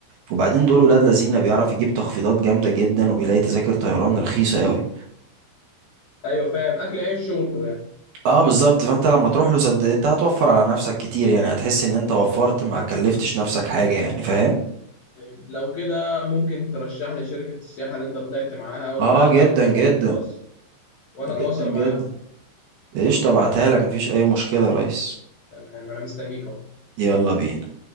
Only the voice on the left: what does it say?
اه
أيوة فاهم أكل عيش شغله يعني
طيب لو كده ممكن ترشح لي شركة السياحة اللي أنت طلعت معاها أو تبعت
لي أرقامهم
على الخاص وأنا
أتواصل
معاهم
تمام أنا مستنيك أهو